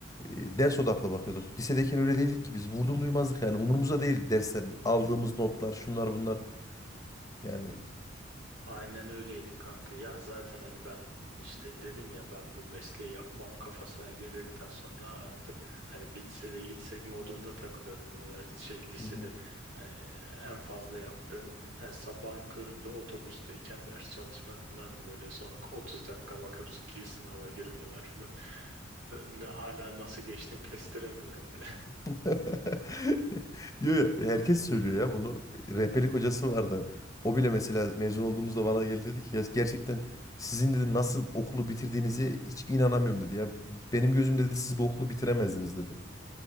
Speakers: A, on the left; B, on the right.
A: e, ders odaklı bakıyorduk. Lisedeyken öyle değildik ki biz vurdum duymazdık yani umurumuzda değildi derslerin aldığımız notlar şunlar bunlar yani.
B: Aynen öyleydi kanka. Ya zaten hani ben işte dedim ya ben bu mesleği yapmam kafasına girdikten sonra artık hani bitse de gitsek modunda takılıyordum üniversite şey lisede.
A: Hı hı.
B: Hani en fazla yaptığım hani sabahın köründe otobüsteyken ders çalışmak filandı böyle son 30 dakika bakıp ki sınava girmeler filan. Ne- Hala nasıl geçtim kestiremiyorum bile.
A: <laughs> Yo, yo, herkes söylüyor ya bunu. Rehberlik hocası vardı. O bile mesela mezun olduğumuzda bana geldi dedi ki ya gerçekten sizin dedi nasıl okulu bitirdiğinizi hiç inanamıyorum dedi ya. Benim gözümde dedi siz bu okulu bitiremezdiniz dedi.